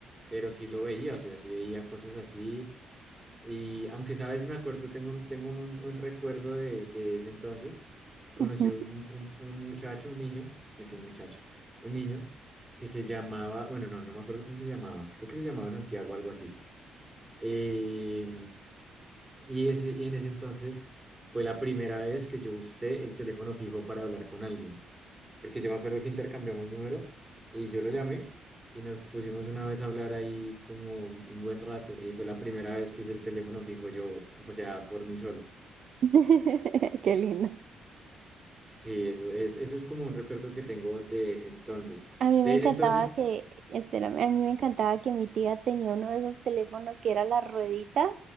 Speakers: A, on the right; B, on the right.
A: pero sí lo veía, o sea, sí veía cosas así Y aunque sabes, me acuerdo, tengo un, tengo un, un recuerdo de, de ese entonces, que conocí
B: Ujú.
A: un, un, un muchacho, un niño, es que un muchacho, un niño que se llamaba, bueno, no, no me acuerdo cómo se llamaba, creo que se llamaba Santiago, algo así. Eh, y, ese, y en ese entonces fue la primera vez que yo usé el teléfono fijo para hablar con alguien porque yo me acuerdo que intercambiamos número y yo lo llamé y nos pusimos una vez a hablar ahí como un buen rato y fue la primera vez que usé el teléfono fijo yo, o sea, por mí solo.
B: <laughs> Qué lindo.
A: Sí, eso es, eso es como un recuerdo que tengo de ese entonces.
B: A mí
A: De
B: me encantaba
A: ese entonces,
B: que, espérame, a mí me encantaba que mi tía tenía uno de esos teléfonos que era la ruedita